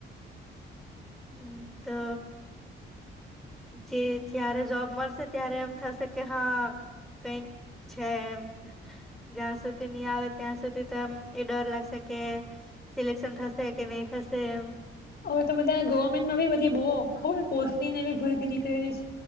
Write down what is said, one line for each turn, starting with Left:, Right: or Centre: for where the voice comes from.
Centre: હ તો જે જયારે જોબ મળશે ત્યારે એમ થશે કે હા કઈક છે એમ જ્યાં સુધી નહી આવે ત્યાં સુધી તો એ મ એ ડર લાગશે કે સિલેકશન થશે કે નહીં થશે એમ.
Left: હવે તો બધા ગવર્મેન્ટમાં બી બધી બો ખબર પોસ્ટનીને બી ભરતી ની પેરિસ